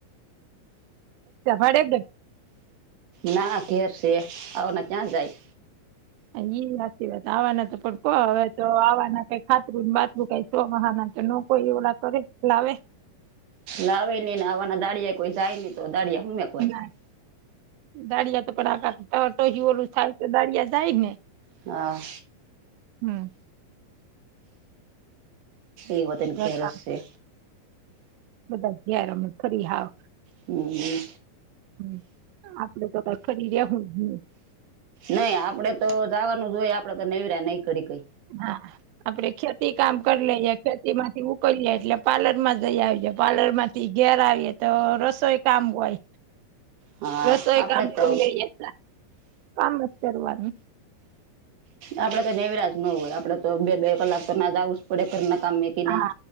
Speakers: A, on the right; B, on the right.
A: ભાડે
B: ના ધેર છે આવા ક્યાં જાય?
A: ઈ જ વાત આવાના તો પણ કો હવે તો આવાના કઈ ખાતરું બાતરુ કાંઈ તો મહ હાના ન કો એવડા કરે લાવ <unintelligible>
B: લાવે નઈ ને આવવાના દાડિયા કોઈ જાય નહી તો દાળિયા હુંમે
A: ના દાળિયા તો પણ આ ટહ ટહયુ ઓલું થાય તો દાળિયા જાય ને
B: હા
A: હમ
B: એવતન
A: ઘરકામ
B: કે રસ છે.
A: બધા ઘેર અમે ફરી હાવ
B: હમ હમ
A: હમ આપડે તો કઈ ફરી રહુ જ નય
B: નઈ આપડે તો જવાનું જ હોય આપડે તો નવર્યા નઈ કડી કઈ.
A: હા આપડે ખેતી કામ કરી લઈએ ખેતી માંથી ઉકેલી એટલે પાર્લર માં જઈ આવી પાર્લર માંથી થી ઘેર આવીએ તો રસોઈ કામ હોય.
B: હા
A: રસોઈ
B: આપડે
A: કામ કરી
B: તો
A: લઈએ કામ જ કરવાનું.
B: આપડે તો નનેવરાજ ન હોય આપડે તો બે બે કલાક તો ના જું જ પડે ઘરના કમે કે
A: હા
B: નહી.